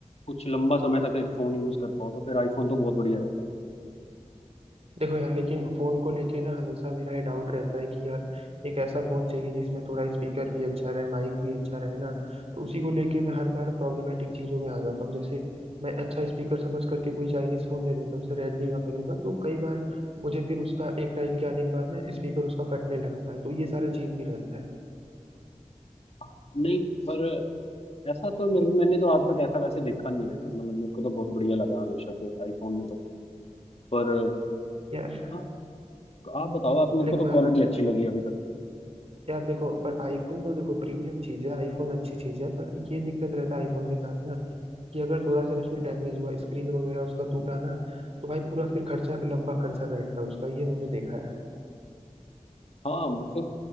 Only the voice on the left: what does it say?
कुछ लंबा समय तक एक फोन यूज कर पाओ तो फिर आईफोन तो बहुत बढ़िया रहता
है नहीं पर ऐसा तो मेरे मैंने तो आज तक ऐसा वैसे देखा नहीं है ना मतलब मेरे को तो बहुत बढ़िया लगा हमेशा से आईफोन में तो पर
हाँ आप बताओ आप मेरे
को तो
क्वालिटी अच्छी लगी अभी तक
हाँ फिर